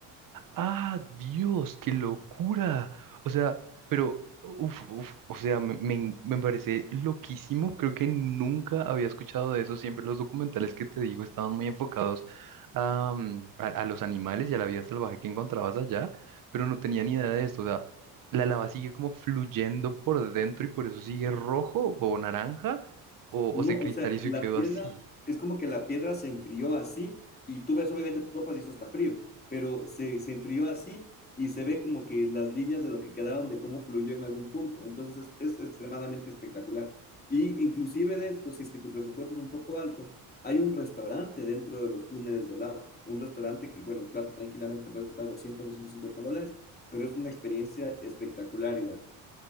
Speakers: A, on the right; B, on the left.
A: Ah, Dios, qué locura. O sea, pero, uf, uf, o sea, me, me en- me parece loquísimo. Creo que nunca había escuchado de eso. Siempre los documentales que te digo estaban muy enfocados a, mm, a, a los animales y a la vida salvaje que encontrabas allá, pero no tenía ni idea de esto. O sea, la lava sigue como fluyendo por dentro y por eso sigue rojo o naranja o,
B: No,
A: o se cristalizó
B: o sea, la
A: y quedó
B: piedra,
A: así.
B: es como que la piedra se enfrió así y tú ves, obviamente tú topas y eso está frío, pero se, se enfrió así y se ve como que las líneas de lo que quedaron, de cómo fluyó en algún punto. Entonces es, es extremadamente espectacular. Y inclusive de esto, si es que tu presupuesto es un poco alto, hay un restaurante dentro de los túneles de lava, un restaurante que, bueno, el plato tranquilamente te puede costar 200, 250 dólares, pero es una experiencia espectacular igual.